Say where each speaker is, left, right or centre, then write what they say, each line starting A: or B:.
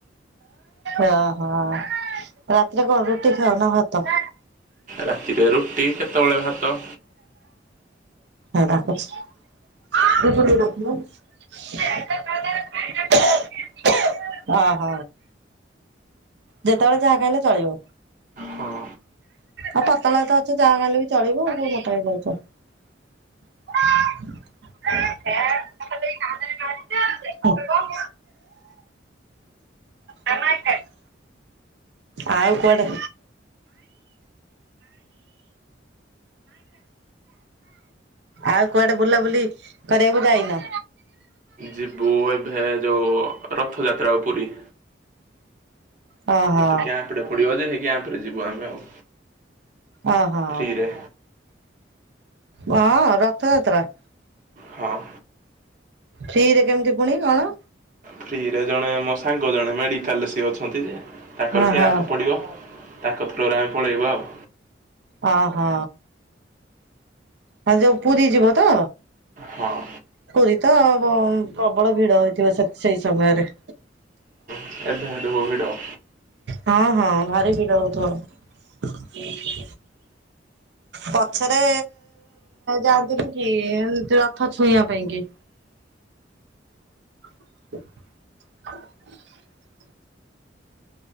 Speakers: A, on the right (about 65°); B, on the right (about 45°).
A: ଓହୋ, ରାତିରେ କଣ ରୁଟି ଖାଅ ନା ଭାତ?
B: ରାତିରେ ରୁଟି, କେତେବେଳେ ଭାତ।
A: ଏ ଡାକୁଚି। <unintelligible> ଅ ହ ଯେତେବେଳେ ଯାହା ଖାଇଲେ ଚଳିବ।
B: ହଁ
A: ଅ ପତଳା ତ ଅଛ, ଯାହା ଖାଇଲେ ବି ଚଳିବ ଆଉ କୋଉ ମୋଟା ହେଇଯାଉଚ? ହୁଁ <unintelligible> ଆଉ କଆଡେ? ଆଉ କୁଆଡେ ବୁଲାବୁଲି କରିବାକୁ ଯାଇନ?
B: ଯିବୁ ଏବେ ଯଉ ରଥଯାତ୍ରା କୁ ପୁରୀ।
A: ଓହୋ
B: ଗୋଟେ କ୍ୟାମ୍ପ୍ ଟେ ପଡିବ ଯେ, ହେଇ କ୍ୟାମ୍ପ୍ ରେ ଯିବୁ ଆମେ ଆଉ।
A: ଅ ହ।
B: ଫ୍ରିରେ
A: ୱା ରଥଯାତ୍ରା?
B: ହଁ।
A: ଫ୍ରିରେ କେମିତି ପୁଣି କଣ?
B: ଫ୍ରିରେ ଜଣେ ମୋ ସାଙ୍ଗ ଜଣେ ମେଡିକାଲ ସିଏ ଅଛନ୍ତି ଯେ। ତାଙ୍କର
A: ଓହୋ
B: କ୍ୟାପ ପଡ଼ିବ ତାଙ୍କ ଥ୍ରୋରୁ ଆମେ ପଳେଇବା ଆଉ।
A: ଅ ହ ହ ଯୋଉ ପୁରୀ ଯିବ ତ।
B: ହଁ
A: ପୁରୀ ତ ପ୍ରବଳ ଭିଡ ହେଇଥିବ ସେ ସେଇ ସମୟରେ
B: <unintelligible> ଭିଡ଼
A: ହଁ ହଁ ଭାରି ଭିଡ଼ ହଉଥିବ। ପଛରେ ଯାଆନ୍ତିନି କି ଏ ରଥ ଛୁଇଁବା ପାଇଁ କି। <inaudible>